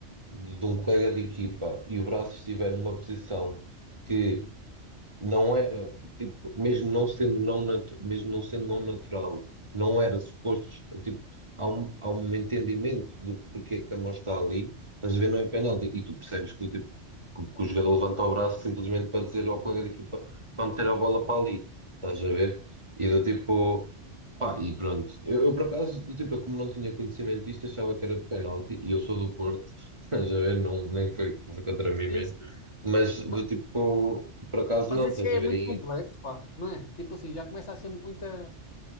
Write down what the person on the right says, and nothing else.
de um colega de equipa e o braço estiver numa posição que não era, tipo, mesmo não sendo não, natu- mesmo não sendo não natural, não era suposto, tipo, há um, há um entendimento do porquê que a mão está ali, estás a ver, não é penalti, e tu percebes que, o tipo, que, que o jogador levanta o braço simplesmente para dizer ao colega de equipa para meter a bola para ali, estás a ver? E do tipo, pá, e pronto. Eu, eu, por acaso, do tipo, eu como não tinha conhecimento disto, achava que era penalti, e eu sou do Porto, <laughs> estás a ver, não, nem foi, foi contra mim
mesmo.
Mas
do tipo, por acaso
não,
estás
a
ver isso?